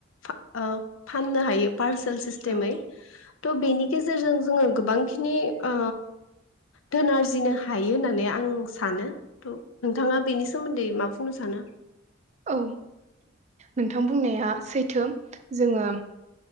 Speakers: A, on the left; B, on the right.
A: फा ओ फाननो हायोब पालसेल सिस्टेमै
B: औ
A: त बेनि गेजेरजों जोङो गोबांखिनि ओ धोन आरजिनो हायो होननानै आं सानो थ नोंथाङा बेनि सोमोन्दै मा बुंनो सानो?
B: औ नोंथां बुंनाया सैथो जोङो